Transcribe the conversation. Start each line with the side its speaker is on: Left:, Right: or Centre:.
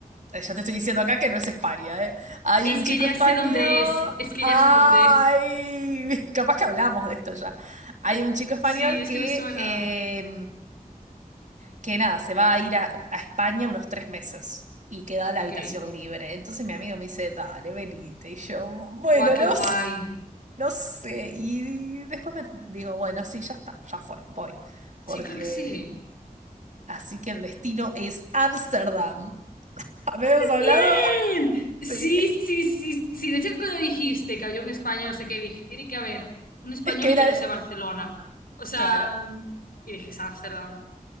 Right: Eh, Ya te estoy diciendo acá que no es España, ¿eh? Hay
Left: Es
Right: un chico
Left: que ya
Right: español.
Left: sé dónde es. Es que
Right: ¡Ay!
Left: ya sé dónde es.
Right: <laughs> Capaz que hablamos de esto ya. Hay un chico español
Left: Sí, es
Right: que,
Left: que me suena.
Right: eh, que nada, se va a ir a, a España unos tres meses y queda la
Left: Ok.
Right: habitación libre. Entonces mi amigo me dice, dale, venite. Y yo, bueno,
Left: Va,
Right: no,
Left: qué guay.
Right: s- no sé. Y después me digo, bueno, sí, ya está, ya fue, voy.
Left: Sí,
Right: Porque
Left: creo que sí.
Right: así que el destino es Ámsterdam. <laughs> ¿Habíamos hablado?
Left: ¡Bien!
Right: <laughs>
Left: Sí,
Right: Sí.
Left: sí, sí, sí. De hecho, cuando dijiste que había un español, no sé qué, dije, tiene que haber un español
Right: Es que
Left: y
Right: era,
Left: que no sea Barcelona. O sea,
Right: claro.
Left: mm, y dije, es Ámsterdam.